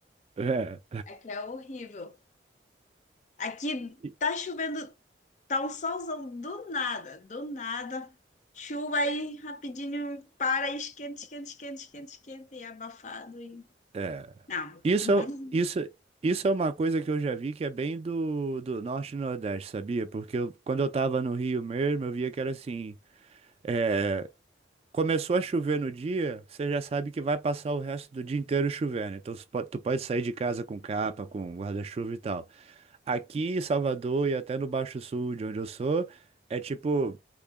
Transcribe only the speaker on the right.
É.
E-
é.
Isso,
é- isso, isso é uma coisa que eu já vi que é bem do, do Norte e Nordeste, sabia? Porque eu- quando eu tava no Rio mesmo, eu via que era assim. é, Começou a chover no dia, você já sabe que vai passar o resto do dia inteiro chovendo. Então você po- tu pode sair de casa com capa, com guarda-chuva e tal. Aqui em Salvador e até no Baixo Sul, de onde eu sou, é tipo,